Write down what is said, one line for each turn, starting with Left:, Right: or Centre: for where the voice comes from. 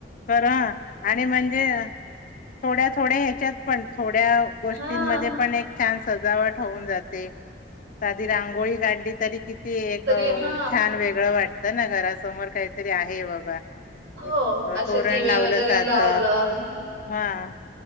Left: खरं आणि म्हणजे थोड्या थोड्या ह्याच्यात पण थोड्या गोष्टींमध्ये
Right: हा
Left: पण एक छान सजावट होऊन जाते, साधी रांगोळी काढली तरी कि ती एक
Right: तरी हा
Left: छान वेगळं वाटतं ना घरासमोर काहीतरी आहे बाबा.
Right: हो
Left: एक
Right: अशे
Left: तोरण
Right: दिवे
Left: लावलं
Right: वगैरे
Left: साधं
Right: लावलं.
Left: हा,